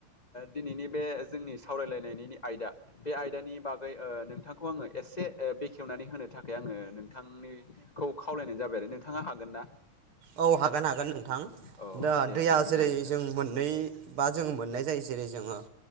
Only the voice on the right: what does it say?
औ हागोन- हागोन नों -थां
दा
दैया
जेरै
जों मोननै बा जों मोननाय जायो जेरै जोङो